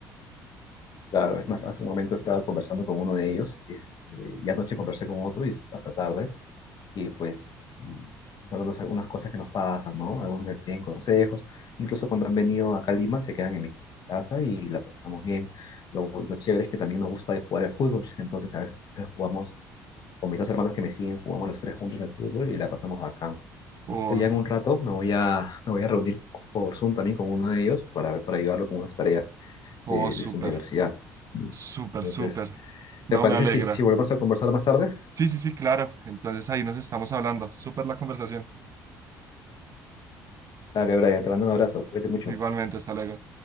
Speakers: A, on the left (about 50°); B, on the right (about 40°).
A: claro, es más, hace un momento estaba conversando con uno de ellos, es- eh, y anoche conversé con otro y es hasta tarde, y pues nosotros algunas cosas que nos pasan, ¿no? Algunos me piden consejos, incluso cuando han venido acá a Lima se quedan en mi casa y la pasamos bien. Lo, lo chévere es que también nos gusta jugar al fútbol, <laughs> entonces a veces jugamos con mis dos hermanos que me siguen, jugamos los tres juntos al fútbol y la pasamos bacán.
B: Oh,
A: Justo ya en un rato me voy a, me voy a reunir por Zoom también con uno de ellos para, para ayudarlo con unas tareas
B: oh,
A: de,
B: súper,
A: de su universidad.
B: súper,
A: Entonces,
B: súper.
A: ¿te
B: No
A: parece
B: me alegra.
A: si, si volvemos a conversar más tarde?
B: Sí, sí, sí, claro. Entonces ahí nos estamos hablando. Súper la conversación.
A: Dale, Brian, te mando un abrazo, cuídate mucho.
B: Igualmente, hasta luego.